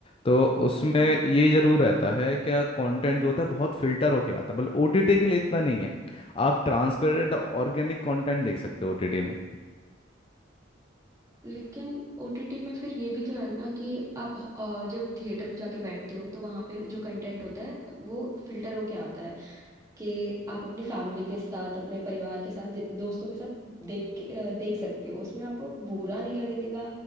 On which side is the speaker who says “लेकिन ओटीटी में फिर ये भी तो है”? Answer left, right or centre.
Right